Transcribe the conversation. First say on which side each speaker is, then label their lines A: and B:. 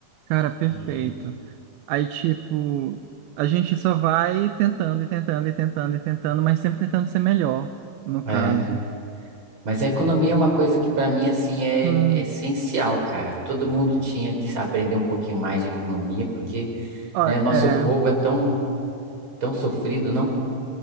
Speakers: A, on the right (about 75°); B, on the right (about 30°).
A: Cara, perfeito.
B: E,
A: Aí, tipo, a gente só vai tentando e tentando e tentando e tentando, mas sempre tentando ser melhor, no
B: é,
A: caso.
B: mas a economia é uma coisa que para mim assim é,
A: Sim,
B: é essencial, cara. Todo mundo tinha que aprender um pouquinho mais de economia, porque,
A: ó,
B: né, nosso
A: é,
B: povo é tão tão sofrido, não?